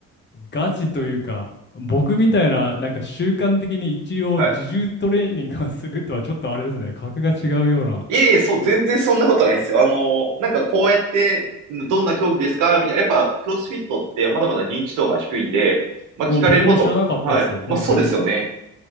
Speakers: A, on the left; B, on the right.
A: ガチというか、僕みたいな、なんか習慣的に一応自重トレーニングをするとはちょっとあれですね、
B: はい。
A: 格が違うような。
B: いえいえ、そう、全然そんなことないですよ。あの、なんかこうやって、どんな競技ですかみたいな。やっぱ、クロスフィットってまだまだ認知度が低いんで、まあ聞かれること。
A: お、僕も知らなかったっす、
B: はい。
A: 本当に。
B: まあそうですよね。